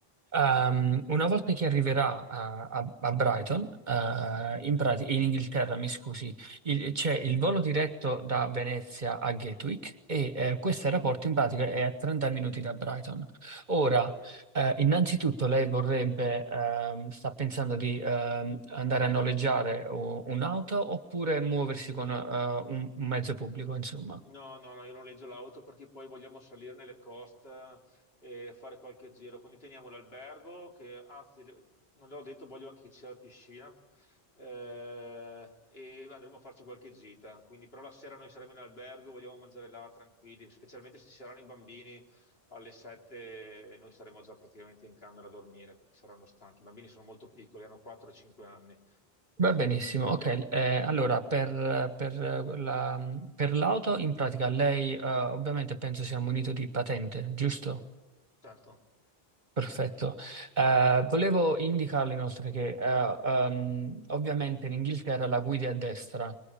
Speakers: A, on the right; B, on the left.
A: Ehm, una volta che arriverà a, a- a Brighton, eh, in prati- in Inghilterra, mi scusi, il- c'è il volo diretto da Venezia a Gatwick e eh, questo aeroporto in pratica è a 30 minuti da Brighton. Ora, eh, innanzitutto lei vorrebbe, ehm, sta pensando di ehm, andare a noleggiare o- un'auto oppure muoversi con eh, un un mezzo pubblico, insomma.
B: No, no, no, io non noleggio l'auto perché poi vogliamo salire nelle coste e fare qualche giro. Quindi teniamo l'albergo, che anzi, non l'ho detto, voglio anche che ci sia la piscina eh, e andremo a farci qualche gita. Quindi, però la sera noi saremo in albergo, vogliamo mangiare là tranquilli, specialmente se ci saranno i bambini alle 7 noi saremo già praticamente in camera a dormire perché saranno stanchi. I bambini sono molto piccoli, hanno 4-5 anni,
A: Va benissimo, ok. eh, allora, per, per la- per l'auto, in pratica, lei eh, ovviamente penso sia munito di patente, giusto?
B: certo.
A: Perfetto. Eh, volevo indicarle inoltre che eh, ehm, ovviamente in Inghilterra la guidi a destra